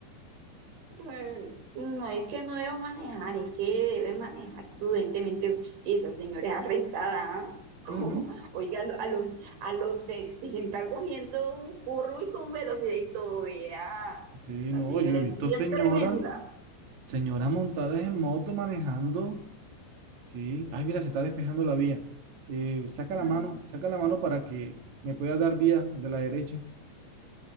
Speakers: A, on the right; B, on the right.
A: Eh, No es que no debo manejar, es que debe manejar prudentemente. Y esa señora es arrestada. ¿ah? <laughs> Como,
B: Ujú.
A: Oiga, a, lo- a los, a los 60 cogiendo un curro y con velocidad y todo, vea.
B: Sí,
A: Esa
B: no,
A: señora
B: yo he
A: es
B: visto
A: bien
B: señoras,
A: tremenda.
B: señoras montadas en moto manejando. Sí, ay, mira, se está despejando la vía. Eh, saca
A: Ay,
B: la mano, saca la mano para que me pueda dar vía de la derecha.